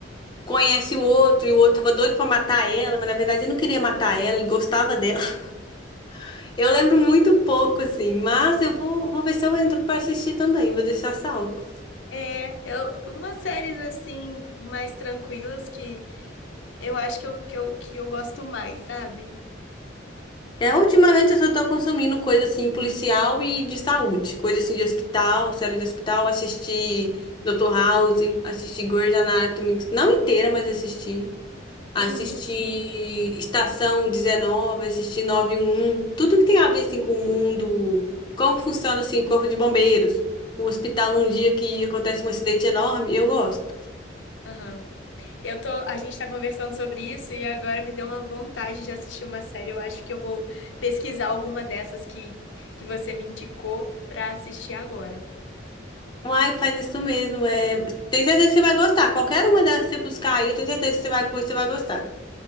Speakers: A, on the left; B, on the left.
A: conhece o outro, e o outro tava doido pra matar ela, mas na verdade ele não queria matar ela, ele gostava dela. <laughs> Eu lembro muito pouco, assim, mas eu vou, vou ver se eu entro pra assistir também, vou deixar salvo.
B: É, eu, umas séries assim, mais tranquilas que eu acho que eu, que eu, que eu gosto mais, sabe?
A: É, ultimamente eu só tô consumindo coisa, assim, policial e de saúde. Coisa, assim, de hospital, série de hospital, assisti... Dr. House, assisti Grey's Anatomy, não inteira, mas assisti. assistir
B: Uhum,
A: Estação 19, assisti Um, um, tudo que tem a ver assim com o mundo, como funciona assim o corpo de bombeiros, um hospital num dia que acontece um acidente enorme, eu gosto.
B: aham. Eu tô, a gente tá conversando sobre isso e agora me deu uma vontade de assistir uma série. Eu acho que eu vou pesquisar alguma dessas que, que você me indicou pra assistir agora.
A: Uai, faz isso mesmo, é, tem certeza que você vai gostar. Qualquer uma delas que você buscar aí, eu tenho certeza que você vai pôr, você vai gostar.